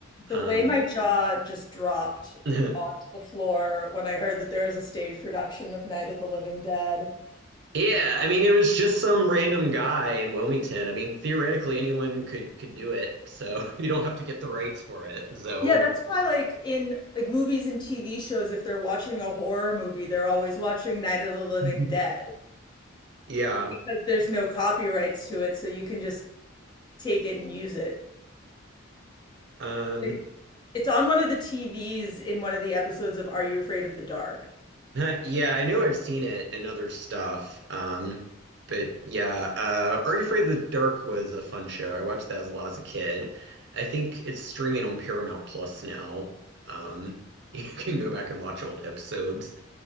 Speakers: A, on the left; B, on the right.
A: The
B: Um,
A: way my jaw just dropped
B: <laughs>
A: onto the floor when I heard that there was a stage production of Night of the Living Dead. <laughs>
B: Yeah, I mean it was just some random guy in Wilmington. I mean theoretically anyone could could do it. So <laughs> you don't have to get the rights for it. So
A: Yeah, that's why like in like movies and TV shows if they're watching a horror movie, they're always watching Night of the Living
B: <laughs>
A: Dead
B: yeah.
A: because there's no copyrights to it, so you can just take it and use it.
B: Um
A: Like, it's on one of the TVs in one of the episodes of Are You Afraid of the Dark?
B: huh, yeah, I know I've seen it in other stuff. Um but yeah, uh Are You Afraid of the Dark was a fun show. I watched that as a lot as a kid. I think it's streaming on Paramount Plus now. Um <laughs> you can go back and watch old episodes.